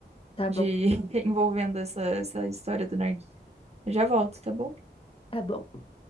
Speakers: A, on the left; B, on the right.
A: Tá
B: de
A: bom,
B: <laughs> envolvendo essa, essa história do narguilé. Eu já volto, tá bom?
A: tá bom.